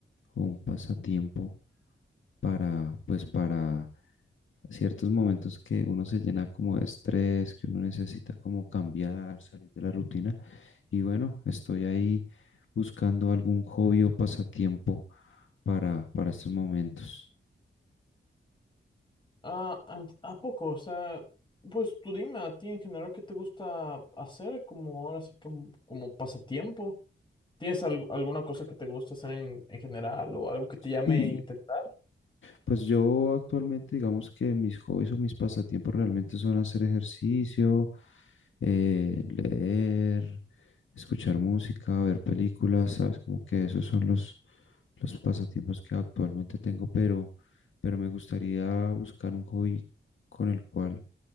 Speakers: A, on the left; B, on the left.
A: o un pasatiempo para, pues para ciertos momentos que uno se llena como de estrés, que uno necesita como cambiar, salir de la rutina. Y bueno, estoy ahí buscando algún hobby o pasatiempo para, para estos momentos.
B: Ah, ant- ¿a poco? O sea, pues tú dime a ti en general qué te gusta hacer como ahora sí como, como pasatiempo. ¿Tienes al- alguna cosa que te gusta hacer en, en general o algo que te llame
A: Sí,
B: a intentar?
A: Pues yo actualmente digamos que mis hobbies o mis pasatiempos realmente son hacer ejercicio, eh, leer, escuchar música, ver películas, ¿sabes? Como que esos son los, los pasatiempos que actualmente tengo, pero, pero me gustaría buscar un hobby con el cual